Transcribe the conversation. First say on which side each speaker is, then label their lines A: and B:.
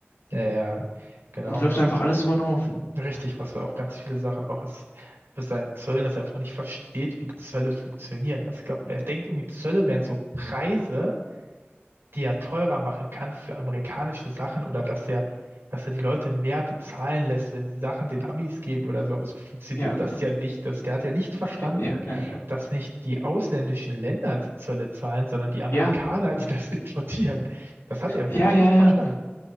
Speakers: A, on the right; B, on the left.
A: ja, ja, genau.
B: Und wirft
A: Was,
B: einfach alles über den Haufen.
A: richtig, was wir auch ganz viele Sachen auch als für seinen Zöllen, dass er einfach nicht versteht, wie Zölle funktionieren. Das, ich glaube, er denkt irgendwie, Zölle wären so Preise, die er teurer machen kann für amerikanische Sachen oder dass er, dass er die Leute mehr bezahlen lässt, wenn sie Sachen den Amis geben oder so. Aber so funktioniert
B: Ja,
A: das ja nicht. Also der hat ja nicht verstanden,
B: ja, ja, ja, ja.
A: dass nicht die ausländischen Länder die Zölle zahlen, sondern die Amerikaner,
B: Ja,
A: die <laughs> das importieren. Das hat er
B: ja,
A: wirklich
B: ja,
A: nicht
B: ja.
A: verstanden.